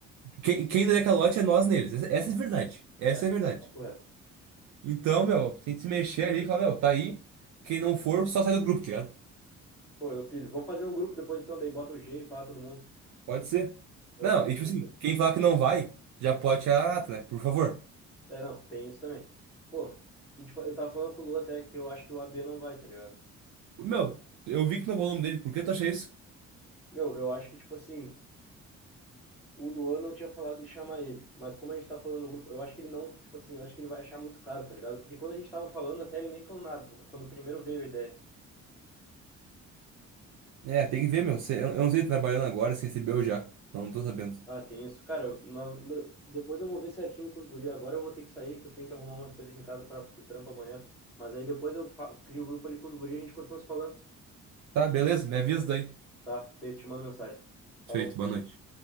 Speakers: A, on the right; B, in the centre.
A: quem, quem der calote é nós neles, essa, essa é a verdade, essa
B: É,
A: é a verdade.
B: papo reto.
A: Então, meu, se a gente se mexer ali, e falar, meu, tá aí, quem não for, só sai do grupo, tá ligado?
B: Pô, eu pilho. Vamos fazer um grupo depois então, daí bota o G e pá, todo mundo.
A: Pode ser.
B: Eu
A: Não,
B: vou fazer
A: e tipo assim,
B: depois.
A: quem falar que não vai, já pode tirar a nata, né? Por favor.
B: É, não, tem isso também. Pô, e tipo, eu tava falando com o Lu até que eu acho que o AB não vai, tá ligado?
A: Meu, eu vi que não vou o nome dele, por que tu acha isso?
B: Meu, eu acho que, tipo assim, o Luan não tinha falado de chamar ele, mas como a gente tá falando no grupo, eu acho que ele não, tipo assim, eu acho que ele vai achar muito caro, tá ligado? Porque quando a gente tava falando, até ele nem falou nada, quando primeiro veio a ideia.
A: É, tem que ver, meu. Se- Eu eu não sei se ele tá trabalhando agora, se recebeu já. Não tô sabendo.
B: Ah, tem isso. Cara, eu- nós, meu, depois eu vou ver certinho com os guri. Agora eu vou ter que sair, que eu tenho que arrumar umas coisas aqui em casa para o trampo amanhã. Mas aí depois eu fa- crio o grupo ali com os guri e a gente continua se falando.
A: Tá, beleza, me avisa daí.
B: Tá, feito, te mando mensagem. Falou.
A: Feito, boa noite.